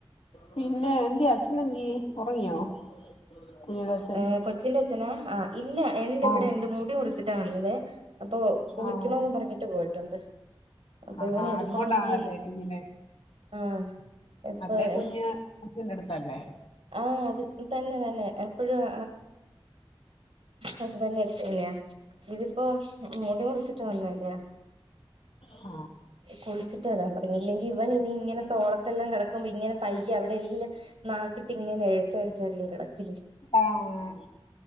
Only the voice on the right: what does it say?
ഏ കൊച്ചിന്റച്ഛനാ? അ ഇല്ല എണ്ട് ഇവിടെണ്ട്
മുടി മുറിച്ചിട്ടാ വന്നത് അപ്പൊ കുളിക്കണോന്ന്
പറഞ്ഞിട്ട് പോയിട്ടുണ്ട് അപ്പൊ
ഇവനെ എടുക്കണെങ്കി
ആഹ് എപ്പഹീ
ആ അത് തന്നെ തന്നെ എപ്പോഴും ഹസ്ബൻഡിന്റടുത്തിലേ ഇതിപ്പോ മുടി മുറിച്ചിട്ട് വന്നല്ലേ
കുളിച്ചിട്ട് വരാൻ പറഞ്ഞു ഇല്ലെങ്കിൽ ഇവനിനിയിങ്ങനെ തോളത്തെല്ലാം കെടക്കുമ്പിങ്ങനെ പയ്യെ അവിടെയെല്ലാം നാക്കിട്ടിങ്ങനെ എഴച്ചഴച്ചായിരിക്കും കെടക്കല്